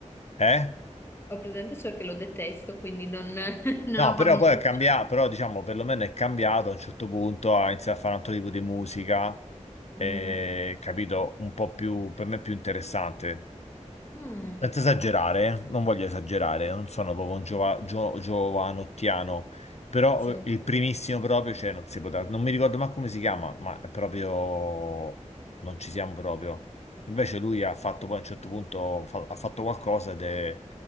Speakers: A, on the left; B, on the left.
A: Eh?
B: Ho presente solo che lo detesto, quindi non, <laughs> non
A: No,
B: ho
A: però
B: familiarità.
A: poi è cambiato, però diciamo perlomeno è cambiato a un certo punto, ha iniziato a fare un altro tipo di musica, eh,
B: Mm.
A: capito, un po' più, per me più interessante.
B: Mm.
A: Senza esagerare, eh, non voglio esagerare, non sono proprio un giova- gio- giovanottiano, però
B: Sì.
A: eh, il primissimo proprio, cioè non si poteva, non mi ricordo manco come si chiama, ma è proprio, non ci siamo proprio. Invece lui ha fatto poi a un certo punto, fa- ha fatto qualcosa ed è